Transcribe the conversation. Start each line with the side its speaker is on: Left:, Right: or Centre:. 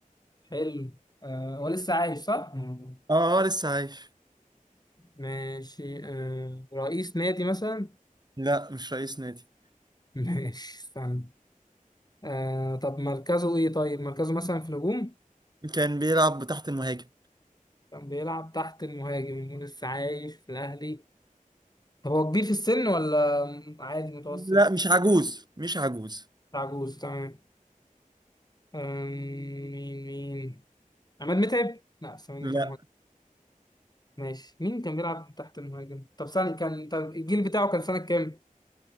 Left: حلو آه هو لسه عايش صح؟ مم.
Right: اه اه لسه عايش
Left: ماشي آه رئيس نادي مثلا
Right: لا مش رئيس نادي
Left: <laughs> ماشي استنى آه طب مركزه إيه طيب مركزه مثلا في الهجوم
Right: كان بيلعب تحت المهاجم
Left: كان بيلعب تحت المهاجم ولسه عايش في الأهلي طب هو كبير في السن ولا عادي متوسط
Right: لا مش عجوز مش عجوز
Left: عجوز تمام آم، مين مين عماد متعب؟ لا بس عماد
Right: لا
Left: متعب مهاجم ماشي مين كان بيلعب تحت المهاجم طب سنة كان طب الجيل بتاعه كان سنة كام